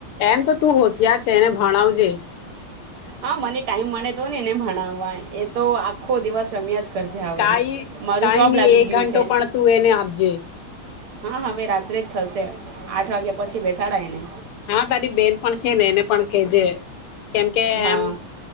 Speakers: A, on the left; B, on the right.
A: એમ તો તું હોશિયાર છે, એને ભણાવજે
B: હા મને ટાઈમ મળે તો ને એને ભણાવવા એ તો આખો દિવસ રમ્યા કરશે હવે
A: કઈ
B: મારું
A: કઈ
B: જોબ
A: નહી
B: લાગી
A: એક
B: ગયું
A: ઘંટો
B: છે
A: પણ તું એને આપજે
B: હા. હવે રાત્રે જ થશે આઠ વાગ્યા પછી બેસાડા એને
A: હા તારી બેન પણ છે ને એને પણ કેજે કેમકે
B: હા.
A: એમ